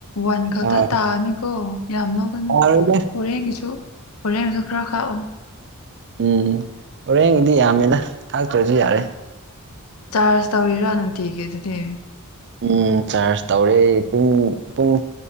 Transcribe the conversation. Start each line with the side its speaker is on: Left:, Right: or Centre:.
Left: ꯋꯥꯟ ꯈꯛꯇ
Right: ꯑꯥ
Left: ꯇꯥꯑꯅꯤꯀꯣ ꯌꯥꯝꯅ ꯀꯩꯅꯣ
Right: ꯌꯥꯔꯣꯏꯗ
Left: ꯍꯣꯔꯦꯟꯒꯤꯁꯨ ꯍꯣꯔꯦꯟꯁꯨ ꯈꯔ ꯈꯥꯛꯑꯣ
Right: ꯎꯝ ꯍꯣꯔꯦꯡꯒꯤꯗꯤ ꯌꯥꯝꯃꯤꯗ ꯇꯥꯛꯇ꯭ꯔꯁꯨ ꯌꯥꯔꯦ
Left: ꯆꯥꯔꯖ ꯇꯧꯔꯤꯔꯥ ꯅꯨꯡꯇꯤꯒꯤ ꯑꯗꯨꯗꯤ
Right: ꯎ ꯆꯥꯔꯁ ꯇꯧꯔꯦ ꯄꯨꯡ ꯄꯨꯡ